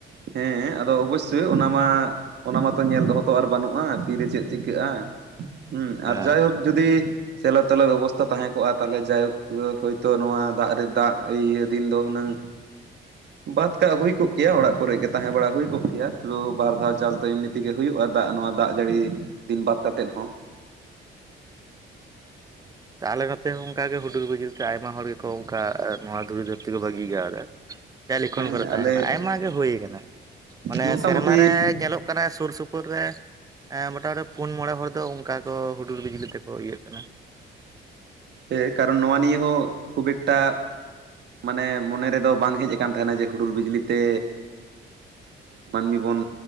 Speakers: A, on the right (about 60°); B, on the right (about 20°).
A: ᱦᱮᱸ ᱟᱫᱚ ᱚᱵᱚᱥᱥᱳᱭ ᱚᱱᱟ ᱢᱟ ᱚᱱᱟ ᱢᱟᱛᱚ ᱧᱮᱞ ᱫᱚ ᱦᱚᱸ ᱛᱚ ᱟᱨ ᱵᱟᱹᱱᱩᱜᱼᱟ ᱛᱤᱨᱮ ᱪᱮᱫ ᱪᱤᱠᱟᱹᱜᱼᱟ ᱦᱩᱸ ᱟᱨ
B: ᱮᱸ
A: ᱡᱟᱭᱦᱳᱠ ᱡᱩᱫᱤ ᱥᱮᱞᱚ ᱛᱟᱞᱮ ᱵᱮᱵᱚᱥᱛᱟ ᱛᱟᱦᱮᱸ ᱠᱚᱜᱼᱟ ᱛᱟᱦᱚᱞᱮ ᱡᱟᱭᱦᱳᱠ ᱦᱳᱭᱛᱳ ᱱᱚᱣᱟ ᱫᱟᱜ ᱨᱮ ᱫᱟᱜ ᱤᱭᱟᱹ ᱫᱤᱱ ᱫᱚ ᱦᱩᱱᱟᱹᱝ ᱵᱟᱛ ᱠᱟᱜ ᱦᱩᱭ ᱠᱚᱜ ᱠᱮᱭᱟ ᱚᱲᱟᱜ ᱠᱚᱨᱮ ᱜᱮ ᱛᱟᱦᱮᱸ ᱵᱟᱲᱟ ᱦᱩᱭ ᱠᱚᱜ ᱠᱮᱭᱟ ᱛᱚ ᱵᱟᱨ ᱫᱷᱟᱣ ᱪᱟᱥ ᱫᱚ ᱮᱢᱱᱤ ᱛᱮᱜᱮ ᱦᱩᱭᱩᱜᱼᱟ ᱫᱟᱜ ᱱᱚᱣᱟ ᱫᱟᱜ ᱡᱟᱹᱲᱤ ᱫᱤᱱ ᱵᱟᱛ ᱠᱟᱛᱮᱫ ᱦᱚᱸ
B: ᱛᱟᱦᱚᱞᱮ ᱱᱚᱛᱮ ᱦᱚᱸ ᱚᱱᱠᱟᱜᱮ ᱦᱩᱰᱩᱨ ᱵᱤᱡᱽᱞᱤ ᱛᱮ ᱟᱭᱢᱟ ᱦᱚᱲ ᱜᱮᱠᱚ ᱚᱱᱠᱟ ᱱᱚᱣᱟ ᱫᱷᱩᱨᱤ ᱫᱷᱟᱹᱨᱛᱤ ᱠᱚ ᱵᱟᱹᱜᱤ ᱠᱟᱣᱫᱟ ᱥᱮ ᱞᱤᱠᱷᱚᱱ
A: ᱦᱮᱸ
B: ᱠᱚᱨᱮ ᱛᱟᱦᱮᱸ
A: ᱟᱞᱮ
B: ᱠᱟᱱᱟ ᱟᱭᱢᱟ ᱜᱮ ᱦᱩᱭ ᱟᱠᱟᱱᱟ ᱢᱟᱱᱮ
A: ᱢᱚᱴᱟᱢᱩᱴᱤ
B: ᱥᱮᱨᱢᱟ ᱨᱮ ᱧᱮᱞᱚᱜ ᱠᱟᱱᱟ ᱥᱩᱨ ᱥᱩᱯᱩᱨ ᱨᱮ ᱢᱚᱴᱟᱢᱩᱴᱤ ᱯᱩᱱ ᱢᱚᱬᱮ ᱦᱚᱲ ᱫᱚ ᱚᱱᱠᱟ ᱠᱚ ᱦᱩᱰᱩᱨ ᱵᱤᱡᱽᱞᱤ ᱛᱮᱠᱚ ᱤᱭᱟᱹᱜ ᱠᱟᱱᱟ
A: ᱦᱮᱸ ᱠᱟᱨᱚᱱ ᱱᱚᱣᱟ ᱱᱤᱭᱮ ᱦᱚᱸ ᱠᱷᱩᱵ ᱮᱠᱴᱟ ᱢᱟᱱᱮ ᱢᱚᱱᱮ ᱨᱮᱫᱚ ᱵᱟᱝ ᱦᱮᱡ ᱟᱠᱟᱱ ᱛᱟᱦᱮᱱᱟ ᱡᱮ ᱦᱩᱰᱩᱨ ᱵᱤᱡᱽᱞᱤ ᱛᱮ ᱢᱟᱹᱱᱢᱤ ᱵᱚᱱ